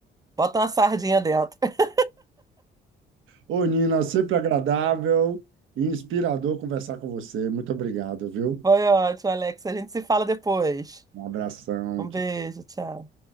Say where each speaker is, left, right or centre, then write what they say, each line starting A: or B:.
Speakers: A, on the right; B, on the right.
A: Bota uma sardinha dentro. <laughs>
B: Ô, Nina, sempre agradável e inspirador conversar com você. Muito obrigado, viu?
A: Foi ótimo, Alex. A gente se fala depois.
B: Um abração.
A: Um
B: Tchau.
A: beijo, tchau.